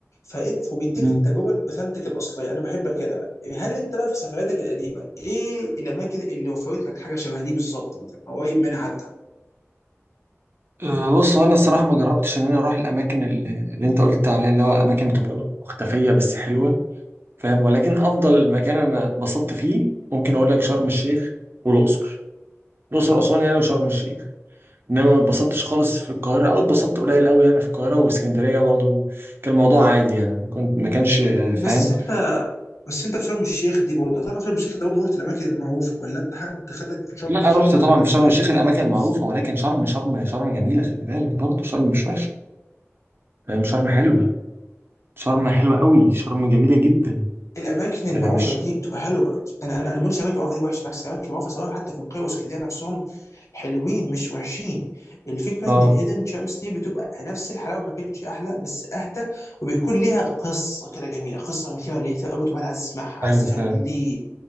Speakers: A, on the left; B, on the right.
A: فإن- فبيديك
B: مم.
A: التجربه الاوثنتيك الاصليه انا بحب كده بقى هل انت بقى في سفرياتك القديمه ايه الاماكن اللي وفرت لك حاجه شبه دي بالظبط مثلا او قريب منها حتى
B: أه بص هو انا الصراحه ما جربتش ان انا اروح الاماكن اللي, اللي انت قلت عليها اللي هو اماكن بتبقى مختفيه بس حلوه فاهم ولكن افضل مكان انا اتبسطت فيه ممكن اقول لك شرم الشيخ والاقصر الاقصر اسوان يعني وشرم الشيخ انما ما اتبسطتش خالص في القاهره او اتبسطت قليل قوي يعني في القاهره واسكندريه برضو كان الموضوع عادي يعني ما كنت ما كانش آه،
A: بس
B: فاهم
A: انت بس انت في شرم الشيخ دي برضه تعرف شرم الشيخ ده برضه رحت الاماكن المعروفه ولا انت حد خدك في شرم
B: لا
A: الشيخ
B: رحت
A: وداك
B: طبعا في شرم
A: الهيدن
B: الشيخ الاماكن
A: جيمز
B: المعروفه ولكن شرم شرم شرم جميله خلي بالك برضو شرم مش وحشه فاهم شرم حلوه شرم حلوه قوي شرم جميله جدا
A: الاماكن المعروفه
B: يعني مش
A: دي تبقى حلوه انا انا انا ما بقولش الاماكن المعروفه دي وحشه بالعكس الاماكن المعروفه سواء حتى في القيوس كده نفسهم حلوين مش وحشين الفكره
B: اه
A: ان الهيدن شامس دي بتبقى نفس الحلاوه ما كانتش احلى بس اهدى وبيكون ليها قصه كده جميله قصه مثيره للاهتمام وتبقى عايز تسمعها عايز
B: ايوه
A: تفهم
B: فعلا
A: ليه